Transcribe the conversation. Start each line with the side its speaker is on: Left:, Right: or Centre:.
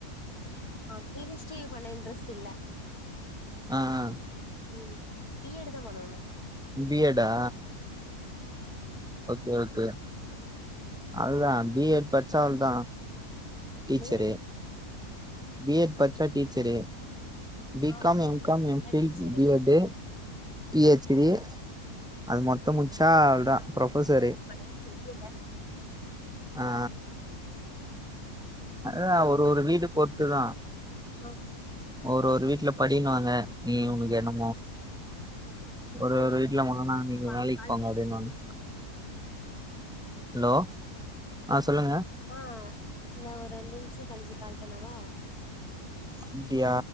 Left: ஆ பி ஹச் டி பண்ண இன்ட்ரஸ்ட் இல்ல
Centre: ஆ ஆ
Left: ம் பி ஏ டு தா பண்ணனு
Centre: பி எட்டா ஒகே ஒகே அதா பி எட் பச்சா அவ்ளோதா டீச்சரு
Left: என்னது
Centre: பியெட் படிச்சா டீச்சரு பி
Left: ஆமா
Centre: காம் எம்
Left: டீச்சரா
Centre: காம் எம் fill
Left: teacher
Centre: B A to P H D அது மொத்த முட்ச்சா அவ்ள்தா ஃப்ரொஃபசரு
Left: என்ன பண்ணனு தெரியல
Centre: ஆ ஆ அதா ஒரு ஒரு வீடு பொர்த்துதா
Left: ஆ
Centre: ஒரு ஒரு வீட்ல படின்னுவாங்க நீ உங்களுக்கு என்னமோ ஒரு
Left: சரி
Centre: ஒரு வீட்ல முன்னன்னா நீங்க
Left: நா
Centre: வேலைக்
Left: கால்
Centre: போங்க
Left: பண்றே
Centre: அப்டின்னுவாங்க ஹலோ ஆ சொல்லுங்க
Left: ஆ நா ஒர் ரெண்டு நிமிஷோ கழ்ச்சி கால் பண்ணவா
Centre: அப்டியா